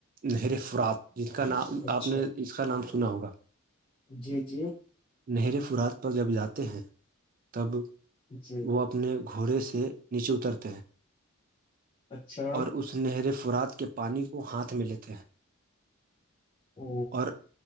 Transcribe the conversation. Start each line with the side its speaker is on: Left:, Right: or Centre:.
Right: نہر فرات جس کا نام
Left: اچھا
Right: آپ نے اس اس کا نام سنا ہوگا
Left: جی جی
Right: نہرے فرات پر جب جاتے ہیں تب
Left: جی
Right: وہ اپ اپنے گھوڑے سے نیچے اترتے ہیں
Left: اچھا
Right: اور اسے نہریں فرات کے پانی کو ہاتھ میں لیتے ہیں
Left: او
Right: اور